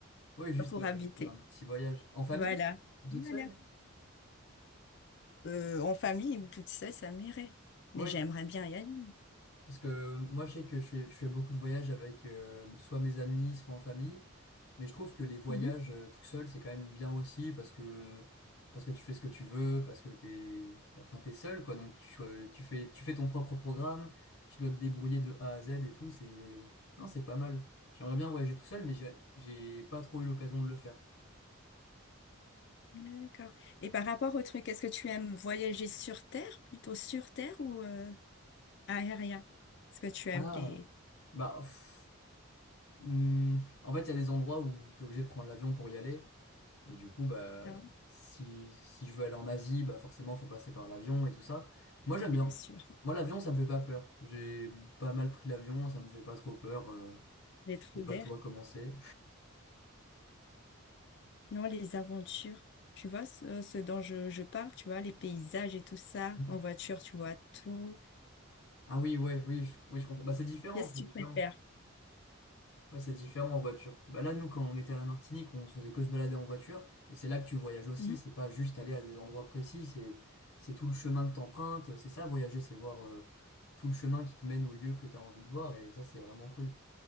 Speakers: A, on the left (about 75°); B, on the left (about 50°).
A: Ouais, juste
B: pour
A: euh,
B: habiter.
A: faire un petit voyage. En famille?
B: Voilà.
A: Ou Toute
B: Voilà.
A: seule?
B: Euh, en famille ou toute seule, ça m'irait.
A: Oui
B: Mais j'aimerais bien y aller.
A: Parce que moi, je sais que je fais, je fais beaucoup de voyages avec euh, soit mes amis, soit en famille. Mais je trouve que les voyages
B: Mhm.
A: euh, tout seul, c'est quand même bien aussi parce que, parce que tu fais ce que tu veux, parce que t'es, bah, enfin, t'es seul, quoi. Donc, tu, cho- tu fais, tu fais ton propre programme, tu dois te débrouiller de A à Z et tout. C'est, non, c'est pas mal. J'aimerais bien voyager tout seul, mais j'ai j'ai pas trop eu l'occasion de le faire.
B: D'accord. Et par rapport au truc, est-ce que tu aimes voyager sur Terre, plutôt sur Terre ou euh, aérien? Est-ce que tu aimes
A: Ah,
B: les...
A: bah, pff, Hmm, en fait, il y a des endroits où tu es obligé de prendre l'avion pour y aller. Et du coup, bah,
B: Ah oui,
A: si, si je veux aller en Asie, bah forcément, faut passer par l'avion et tout ça. Moi, j'aime
B: Bien
A: bien.
B: sûr.
A: Moi, l'avion, ça me fait pas peur. J'ai pas mal pris l'avion, ça me fait pas trop peur. euh,
B: Les trous
A: je sais
B: d'air.
A: pas toi comment c'est.
B: Non, les aventures, tu vois, ce, ce dont je, je parle, tu vois, les paysages et tout ça,
A: <laughs>
B: en voiture, tu vois tout.
A: Ah oui, ouais, oui, je, oui, je comprends. Bah, c'est différent,
B: Qu'est-ce que
A: c'est
B: tu
A: différent.
B: préfères?
A: Ouais, c'est différent en voiture. Bah là, nous, quand on était à la Martinique, on se faisait que se balader en voiture. Et c'est là que tu voyages aussi.
B: Mhm.
A: C'est pas juste aller à des endroits précis. C'est, c'est tout le chemin que t'empruntes. C'est ça, voyager, c'est voir euh, tout le chemin qui te mène au lieu que t'as envie de voir. Et ça, c'est vraiment cool.